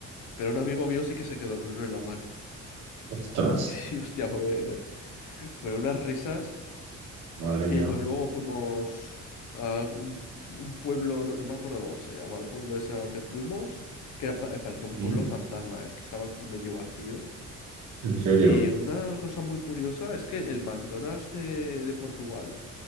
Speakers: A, on the left; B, on the right.
A: pero un amigo mío sí que se quedó con uno en la mano.
B: Ostras,
A: <laughs> Y hostia, fue- fueron unas risas.
B: madre
A: Y
B: mía.
A: pues luego fuimos a un, un pueblo, no, no me acuerdo cómo se llama, el pueblo ese al que fuimos, que era pa- parecía un
B: ¿Mm?
A: pueblo fantasma, es que estaba medio vacío.
B: ¿En serio?
A: Y una cosa muy curiosa es que el McDonald's de, de Portugal